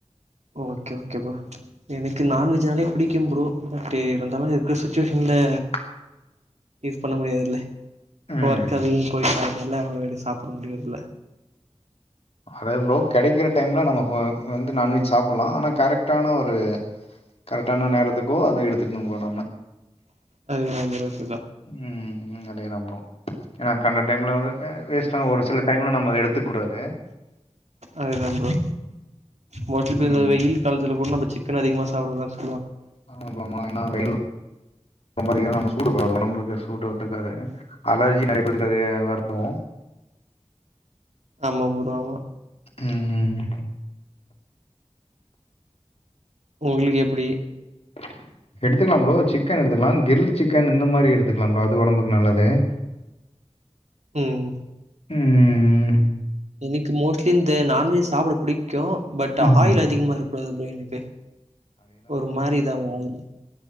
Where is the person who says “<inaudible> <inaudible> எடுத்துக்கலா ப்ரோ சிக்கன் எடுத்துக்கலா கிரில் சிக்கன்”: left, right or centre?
Left